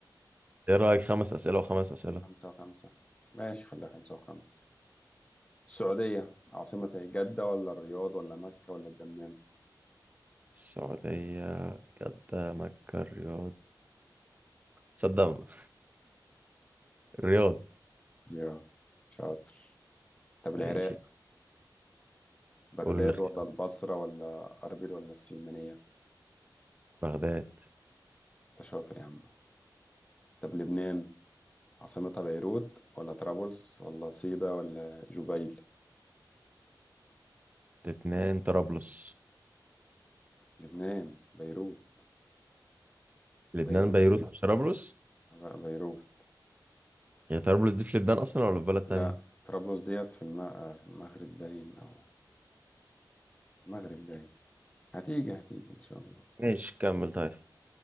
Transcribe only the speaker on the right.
ايه رايك خمس اسئله وخمس اسئله
السعودية جدة مكة الرياض تصدق الرياض
ماشي
قول الاختيار
بغداد
لبنان طرابلس
لبنان
بيروت مش طرابلس
هي طرابلس دي في لبنان أصلا ولا في بلد تانية
ماشي كمل طيب